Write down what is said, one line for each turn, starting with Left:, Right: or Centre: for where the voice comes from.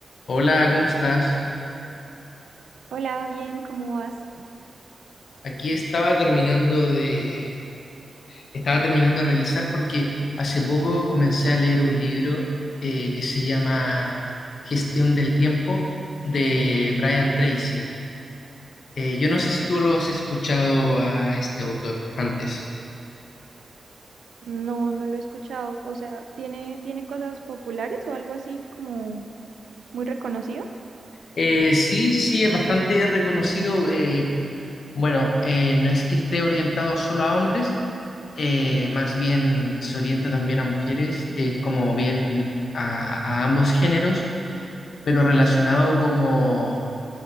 Left: Hola, ¿cómo estás?
Right: Hola, bien, ¿cómo vas?
Left: Aquí estaba terminando de, estaba terminando de revisar porque hace poco comencé a leer un libro eh, que se llama Gestión del Tiempo de Brian Tracy. Eh, yo no sé si tú lo has escuchado a este autor antes.
Right: No, no lo he escuchado. O sea, ¿tiene, tiene cosas populares o algo así como muy reconocido?
Left: Eh, sí, sí, es bastante reconocido. eh, Bueno, eh, no es que esté orientado solo a hombres, eh, más bien se orienta también a mujeres, es como bien a, a ambos géneros, pero relacionado como,